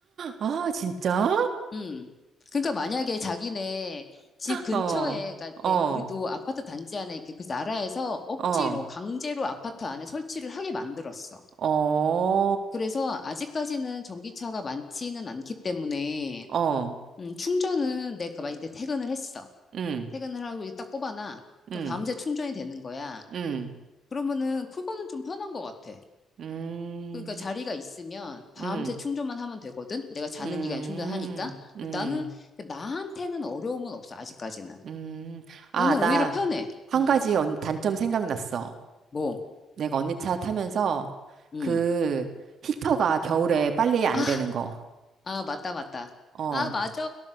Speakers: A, on the right; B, on the left.
A: 아, 진짜?
B: 음. 그러니까 만약에 자기네 집 근처에,
A: 어,
B: 그러니까
A: 어,
B: 내- 우리도 아파트 단지 안에 이렇게 그 나라에서 억지로
A: 어,
B: 강제로 아파트 안에 설치를 하게 만들었어.
A: 어,
B: 그래서 아직까지는 전기차가 많지는 않기 때문에
A: 어,
B: 음, 충전은 내가 만약에 퇴근을 했어.
A: 응,
B: 퇴근을 하고 이제 딱 꼽아놔.
A: 응,
B: 그럼 밤새 충전이 되는 거야.
A: 응,
B: 그러면은 그거는 좀 편한 것 같아.
A: 음,
B: 그러니까 자리가 있으면 밤새
A: 응
B: 충전만 하면 되거든. 내가 자는
A: 음,
B: 기간에 충전하니까.
A: 음,
B: 근데 나는 나한테는 어려움은 없어, 아직까지는.
A: 음. 아,
B: 나는
A: 나
B: 오히려 편해.
A: 한
B: 응,
A: 가지 언- 단점 생각났어.
B: 뭐,
A: 내가 언니 차 타면서
B: 응.
A: 그 히터가 겨울에 빨리 안
B: 아,
A: 되는 거.
B: 아, 맞다, 맞다.
A: 어,
B: 아, 맞아.